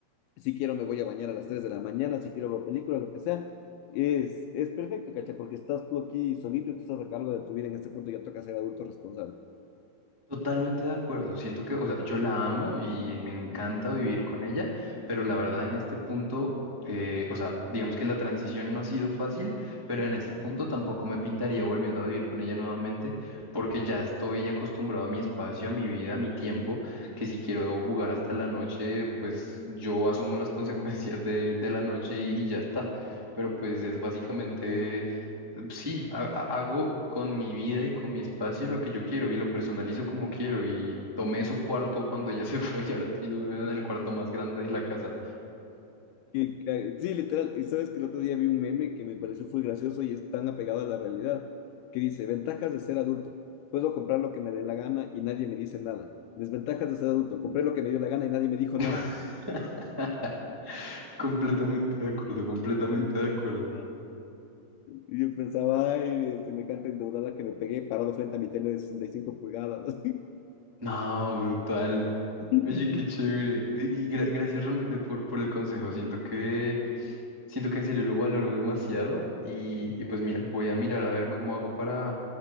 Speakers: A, on the left; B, on the right.
A: si quiero me voy a bañar a las 3 de la mañana, si quiero ver película, lo que sea. Es, es perfecto, ¿cachai? Porque estás tú aquí solito y tú estás a cargo de tu vida en este punto, ya toca ser adulto responsable.
B: Totalmente de acuerdo. Siento que, o sea, yo la amo y me encanta vivir con ella, pero la verdad en este punto, eh, o sea, digamos que la transición no ha sido fácil, pero en este punto tampoco me pintaría volviendo a vivir con ella nuevamente, porque ya estoy acostumbrado a mi espacio, a mi vida, a mi tiempo, que si quiero jugar hasta la noche, pues yo asumo las <laughs> consecuencias de, de la noche y, y ya está. Pero pues es básicamente Sí, ha- ha- hago con mi vida y con mi espacio lo que yo quiero y lo personalizo como quiero y tomé su cuarto cuando ella <laughs> se fue y ahora estoy durmiendo en el cuarto más grande de la casa.
A: Y, eh, sí, literal, y sabes que el otro día vi un meme que me pareció muy gracioso y es tan apegado a la realidad, que dice, ventajas de ser adulto, puedo comprar lo que me dé la gana y nadie me dice nada. Desventajas de ser adulto, compré lo que me dio la gana y nadie me dijo
B: <laughs>
A: nada.
B: Completamente de acuerdo, completamente
A: <laughs>
B: de acuerdo.
A: Y yo pensaba, ay, este, me encanta endeudada que me pegué parado frente a mi tele de 65 pulgadas. <laughs>
B: No, brutal.
A: De
B: Oye, qué chévere. Y gra- gracias realmente por, por el consejo. Siento que Siento que en serio lo valoro demasiado y, y pues mira, voy a mirar a ver cómo hago para,